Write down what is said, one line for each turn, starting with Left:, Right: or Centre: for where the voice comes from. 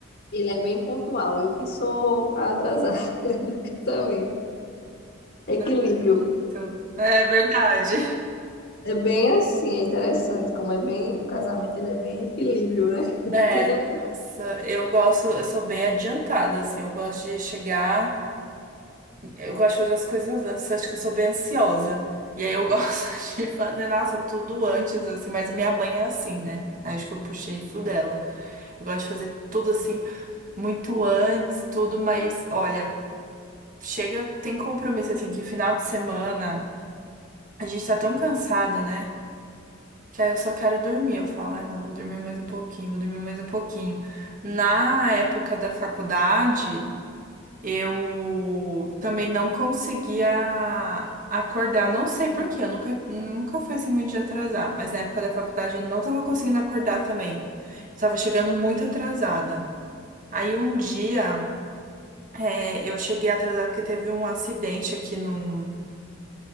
Left: Ele é bem pontual, eu que sou a atrasada <laughs> do casamento.
Right: Não
Left: Equilíbrio.
Right: acredito. É verdade.
Left: É bem assim, é interessante como é bem, o casamento ele é bem equilíbrio, né? <laughs>
Right: É,
Left: Tudo é um.
Right: nossa, eu gosto, eu sou bem adiantada, assim, eu gosto de chegar. Eu gosto de fazer as coisas antes, acho que eu sou bem ansiosa. E aí eu <laughs> gosto de fazer, nossa, tudo antes, assim, mas minha mãe é assim, né? Aí Acho que eu puxei isso dela. Eu gosto de fazer tudo assim, muito antes, tudo, mas olha, chega, tem compromisso assim, que final de semana a gente tá tão cansada, né? Que aí eu só quero dormir. Eu falo, ai não, vou dormir mais um pouquinho, vou dormir mais um pouquinho. Na época da faculdade. Eu também não conseguia acordar, não sei por quê, eu nunca, nunca fui assim muito de atrasar, mas na época da faculdade eu não tava conseguindo acordar também. Tava chegando muito atrasada. Aí um dia é, eu cheguei atrasada porque teve um acidente aqui num,